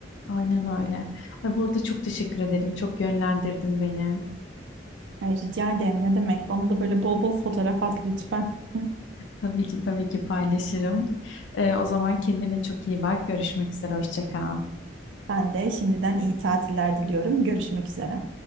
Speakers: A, on the left; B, on the right.
A: Aynen öyle. Ay, bu arada çok teşekkür ederim. Çok yönlendirdin beni.
B: Ay, rica ederim ne demek bana da böyle bol bol fotoğraf at lütfen. <laughs>
A: Tabii ki tabii ki paylaşırım. Ee, o zaman kendine çok iyi bak. Görüşmek üzere. Hoşça kal.
B: Ben de şimdiden iyi tatiller diliyorum. Görüşmek üzere.